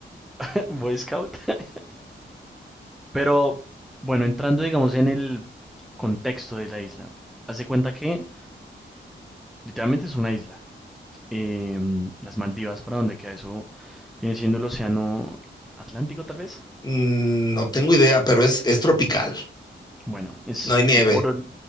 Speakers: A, in the centre; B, on the left (about 20°).
A: <laughs> Boy Scout. <laughs> Pero bueno, entrando digamos en el contexto de la isla, hace cuenta que literalmente es una isla. Em, las Maldivas, para donde queda eso, viene siendo el océano Atlántico tal vez.
B: Mm, No tengo idea, pero es, es tropical,
A: Bueno, es
B: no hay nieve,
A: por...